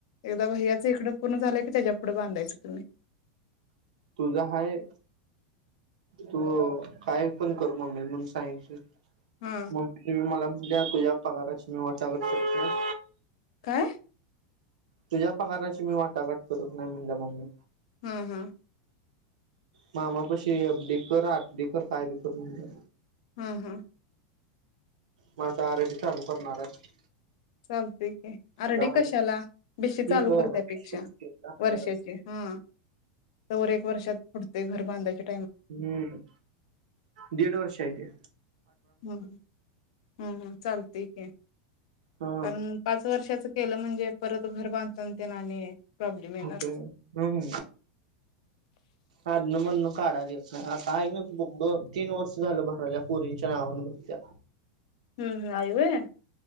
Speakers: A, on the left; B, on the right.
A: एकदा भैय्याच इकडंच पूर्ण झालं की त्याच्या पुढं बांधायचं तुम्ही
B: तुझ हय तू काय पण कर म्हणून सांगितलय
A: हा
B: मम्मी मला ्या तुझ्या पगाराशी मी वाचा करततो
A: काय
B: तुझ्या प्रकाराची मी वाटाघट करत नाही म्हणल्या मम्मी
A: हम्म हम्म
B: मामा पशी एककर आतदी कर काय बी कर म्ह
A: हम्म हम्म
B: मग आता आर डी चालू करणार आहे
A: चालते की आरडी
B: दहा हजार
A: कशाला बेशी
B: ही
A: चालू
B: ग
A: करतायपेक्षा
B: वीसशेच की दहा
A: वर्षाची
B: हजाराची
A: हा तर एक वर्षात फुटतय घर. बांधाय का --
B: हम्म दीड वर्ष आहेेत.
A: ह हम् हम चालतय की
B: हा
A: कारण पाच वर्षात -- केलं म्हणजे परत घर बांधतान तेन आणि प्रॉब्लेम येणार.
B: हो हम् आ दन मदन काढाली आताच बुक द तीन वर्ष झालं भरल्या परींच्या नावान भरतीया.
A: हम्म हम् आई व्हय!